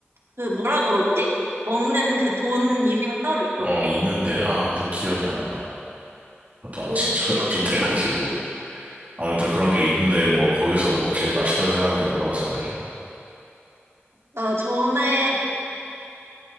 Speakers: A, on the right; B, on the right.
A: 그 뭐라 그러지? 먹는 그 돈 이름이 따로 있던데?
B: 어, 있는데, 아, 나도 기억이 안 나. 나도 안
A: 뭐더라?
B: 친지 <laughs> 좀 돼가지고. 아무튼 그런 게 있는데, 뭐, 거기서 뭐, 제일 맛있다고 생각하는 게 뭐라고 생각해?
A: 나 전에